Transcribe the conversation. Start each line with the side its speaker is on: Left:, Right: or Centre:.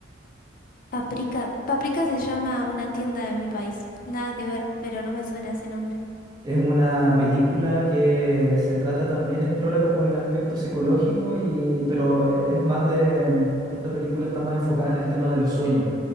Left: Paprika. Paprika se llama una tienda de mi país. Nada que ver, pero no me suena ese nombre.
Right: Es una película que se trata también, explora como el aspecto psicológico, y, pero es más de, esta película está más enfocada en el tema de los sueños.